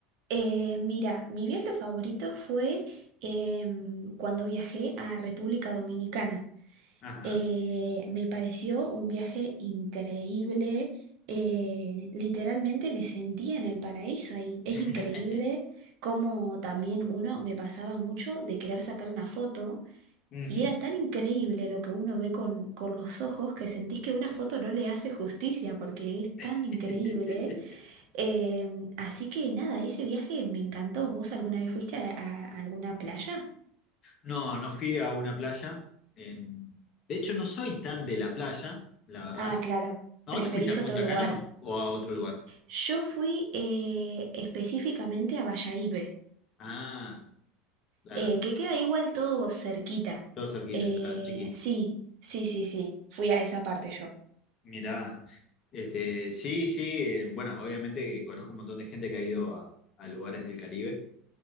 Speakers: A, on the right (about 65°); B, on the left (about 45°).
A: Eh, mira, mi viaje favorito fue em, cuando viajé a República Dominicana.
B: Ajá.
A: Eh, me pareció un viaje increíble. eh, literalmente me sentía en el paraíso ahí. Es
B: <laughs>
A: increíble cómo también uno me pasaba mucho de querer sacar una foto
B: Ujú.
A: y era tan increíble lo que uno ve con, con los ojos que sentís que una foto no le hace justicia porque es tan
B: <laughs>
A: increíble. Em, así que nada, ese viaje me encantó. ¿Vos alguna vez fuiste a, a alguna playa?
B: No, no fui a una playa. En- De hecho, no soy tan de la playa, la verdad.
A: Ah, claro,
B: ¿A
A: preferís
B: dónde fuiste? ¿A
A: otro
B: Punta
A: lugar.
B: Cana o a otro lugar?
A: Yo fui eh, específicamente a Bayahibe,
B: Ah, claro,
A: eh,
B: no.
A: que queda igual todo cerquita.
B: Todo cerquita,
A: Eh,
B: claro, chiquito.
A: sí, sí, sí, sí, fui a esa parte yo.
B: Mirá, este, sí, sí, eh, bueno, obviamente conozco un montón de gente que ha ido a, a lugares del Caribe